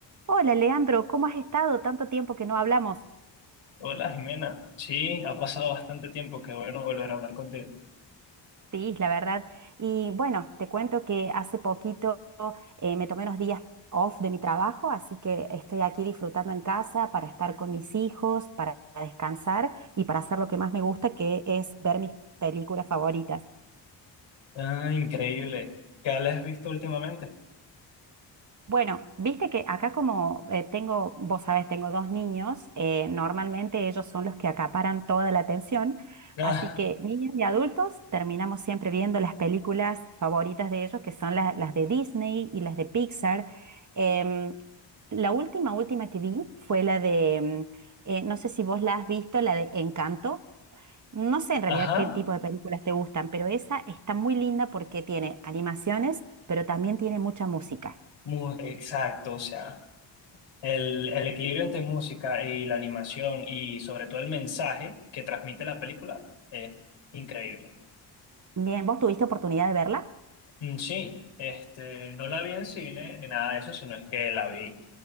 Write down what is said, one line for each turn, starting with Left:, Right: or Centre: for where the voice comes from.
Right: Hola, Leandro, ¿cómo has estado? Tanto tiempo que no hablamos.
Left: Hola Jimena, sí, ha pasado bastante tiempo, qué bueno volver a hablar contigo.
Right: Sí, la verdad. Y bueno, te cuento que hace poquito eh, me tomé unos días off de mi trabajo, así que estoy aquí disfrutando en casa para estar con mis hijos, para descansar y para hacer lo que más me gusta, que es ver mis películas favoritas.
Left: Ah, increíble. ¿Qué has visto últimamente?
Right: Bueno, viste que acá como eh, tengo, vos sabés, tengo dos niños, eh, normalmente ellos son los que acaparan toda la atención,
Left: Ah,
Right: así que niños y adultos terminamos siempre viendo las películas favoritas de ellos, que son la- las de Disney y las de Pixar. Em, la última, última que vi fue la de, em, eh, no sé si vos la has visto, la de Encanto. No sé en
Left: ajá,
Right: realidad qué tipo de películas te gustan, pero esa está muy linda porque tiene animaciones, pero también tiene mucha música.
Left: mu- exacto, o sea, el, el equilibrio entre música y la animación y sobre todo el mensaje que transmite la película es increíble.
Right: Bien, ¿vos tuviste oportunidad de verla?
Left: Mm, sí, este, no la vi en cine ni nada de eso, sino es que la vi